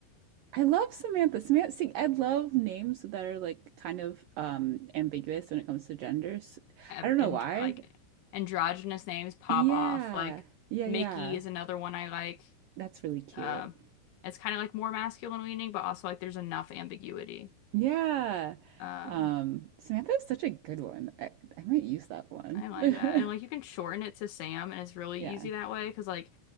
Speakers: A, on the right; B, on the left.
A: I love Samantha. Samantha, see, I love names that are like kind of um ambiguous when it comes to genders.
B: and
A: I don't know
B: and,
A: why.
B: like androgynous names pop
A: Yeah.
B: off. Like
A: Yeah,
B: Mickey
A: yeah.
B: is another one I like.
A: That's really cute.
B: Um, it's kind of like more masculine leaning, but also like there's enough ambiguity.
A: Yeah.
B: Um,
A: Um, Samantha is such a good one. I, I might use that one.
B: I like
A: <laughs>
B: that. And like you can shorten it to Sam and it's really
A: Yeah.
B: easy that way because like